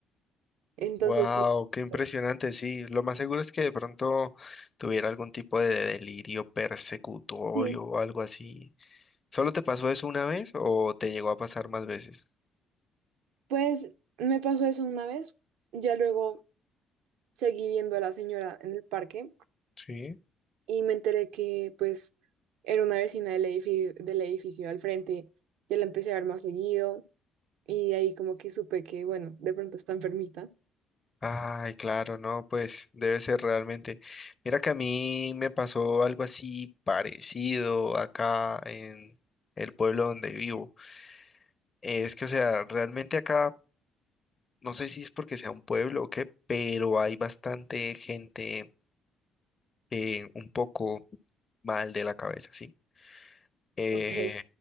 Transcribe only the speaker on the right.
entonces
sí.
pues,
Sí.
Pues me pasó eso una vez. Ya luego seguí viendo a la señora en el parque
y me enteré que pues era una vecina del edificio, del edificio al frente, ya la empecé a ver más seguido y ahí como que supe que, bueno, de pronto está enfermita.
Ok.